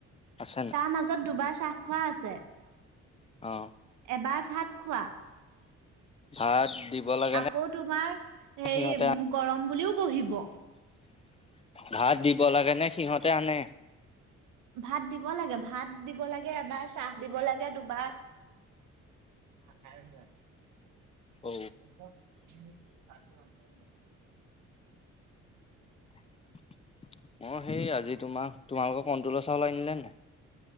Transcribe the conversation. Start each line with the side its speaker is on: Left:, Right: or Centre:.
Left: আছে নাই
Right: তাৰ মাজত দুবাৰ চাহ খোৱা আছে।
Left: অ।
Right: এবাৰ ভাত খোৱা।
Left: ভাত দিব লাগে
Right: আকৌ
Left: নে
Right: তোমাৰ হেৰি
Left: সিহঁতে
Right: গৰম বুলিও বহিব।
Left: ভাত দিব লাগে নে? সিহঁতে আনে?
Right: ভাত দিব লাগে ভাত দিব লাগে এবাৰ চাহ দিব লাগে দুবাৰ। অ, খাই। <unintelligible>
Left: অ
Right: <unintelligible>
Left: অ, সেই আজি তোমাৰ তোমালোকৰ কণ্ট্ৰলৰ চাউল আনিলে নাই?